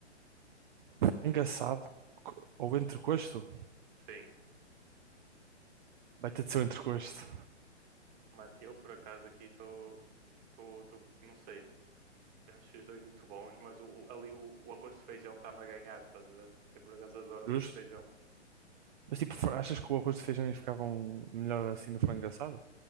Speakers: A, on the right; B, on the right.
A: É Engraçado. co- Ou entrecosto?
B: Sim.
A: Vai ter de ser o entrecosto.
B: Mano, eu por acaso aqui estou... Estou... Não sei. Acho os dois muito bons, mas o, o- ali o, o arroz de feijão está-me a ganhar, estás a ver? Eu por acaso adoro
A: Justo.
B: arroz de feijão.
A: Mas tipo, fra- achas que o arroz de feijão ia ficar um- melhor assim no frango assado?